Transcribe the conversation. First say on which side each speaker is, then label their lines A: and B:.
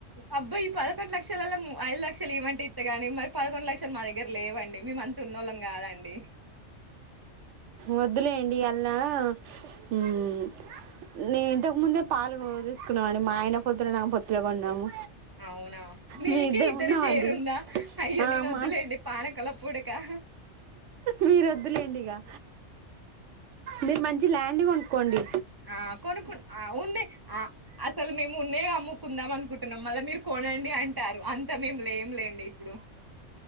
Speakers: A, on the right; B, on the right.
A: అబ్బా ఈ పదకొండు లక్షలల్లా ఐదు లక్షలు ఇమ్మంటే ఇస్తాగానీ మరి పదకొండు లక్షలు మా దగ్గర లేవండి. మేము అంత ఉన్నోళ్ళం కాదండి.
B: వద్దులేండి అల్లా హ్మ్. నేను ఇంతకు ముందే పాలు తీసుకున్నాం అండి. మా ఆయన పొత్తుల, నా పొత్తుల కొన్నాము.
A: అవునా మీకే
B: మీ ఇద్దరం
A: ఇద్దరు
B: ఉన్నామండి
A: షేరుందా. అయ్యో
B: ఆ
A: నేను
B: మా
A: వద్దులేయండి పానకంలో పుడకా
B: మీరు వద్దులేండి ఇగా మీరు మంచి ల్యాండ్ కొనుకోండి.
A: ఆ కొనుకు ఆ ఉండే ఆ అసలు మేము ఉన్నయే అమ్ము కుందాం అనుకుంటున్నాం మళ్ళా మీరు కొనండి అంటారు. అంత మేము లేం లేండి ఇప్పుడు.